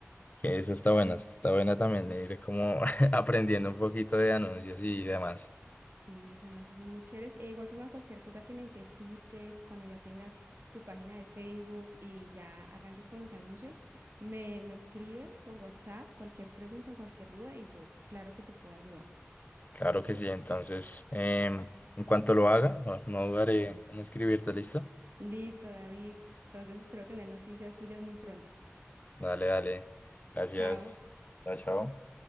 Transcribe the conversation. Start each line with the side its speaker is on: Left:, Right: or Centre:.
Left: Que eso está bueno, está bueno también ir como <laughs> aprendiendo un poquito de anuncios y demás.
Right: Sí, los anuncios son muy chéveres. E igual forma, cualquier cosa que necesites, cuando ya tengas tu página de Facebook y ya arranques con los anuncios, me, me escribes por WhatsApp cualquier pregunta, cualquier duda y yo, claro que te puedo ayudar.
Left: Claro que sí, entonces, em, en cuanto lo haga, no dudaré en escribirte, ¿listo?
Right: Listo, David. Entonces espero tener noticias tuyas muy pronto.
Left: Dale, dale. Gracias.
Right: Chao.
Left: Chao, chao.